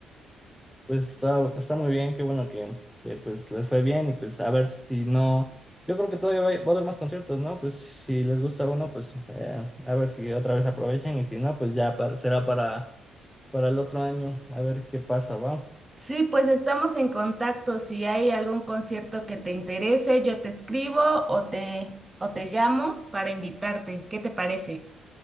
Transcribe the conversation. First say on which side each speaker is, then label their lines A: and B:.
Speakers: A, in the centre; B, on the right (about 15°).
A: pues está, está muy bien, qué bueno que, que pues les fue bien y pues a ver si no, yo creo que todavía va, va a haber más conciertos, ¿no? Pues si les gusta uno, pues eh, a ver si otra vez aprovechan y si no, pues ya para- será para, para el otro año, a ver qué pasa, ¿va?
B: Sí, pues estamos en contacto. Si hay algún concierto que te interese, yo te escribo o te o te llamo para invitarte. ¿Qué te parece?